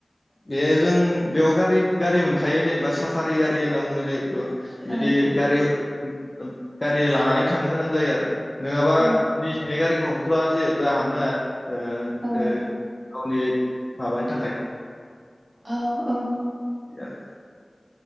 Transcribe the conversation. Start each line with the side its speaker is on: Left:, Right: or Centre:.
Left: बे जों बेयाव गारि गारि मोनखायो जेनेबा साफारि गारि होनना बुङो जेहेखुथु
Right: औ
Left: बिदि गारि ओ गारि लानानै थांनो गोनां जायो आरो नोङाबा
Right: औ
Left: निजिनि गारिखौ हर होया जिहेथु हाबनो ओ-ओ
Right: औ
Left: गावनि माबानि थाखाय
Right: औ-औ
Left: दि आरो